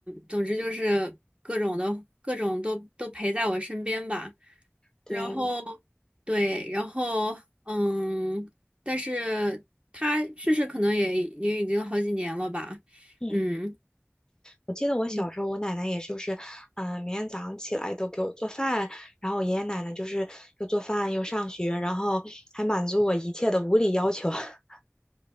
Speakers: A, on the right (about 25°); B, on the left (about 15°).
A: 总之就是各种的各种都都陪在我身边吧，
B: 对，
A: 然后对，然后嗯，但是她去世可能也也已经好几年了吧，
B: 嗯，
A: 嗯。
B: 我记得我小时候，
A: 嗯
B: 我奶奶也就是，嗯、每天早上起来都给我做饭，然后我爷爷奶奶就是又做饭又上学，然后还满足我一切的无理要求。<laughs>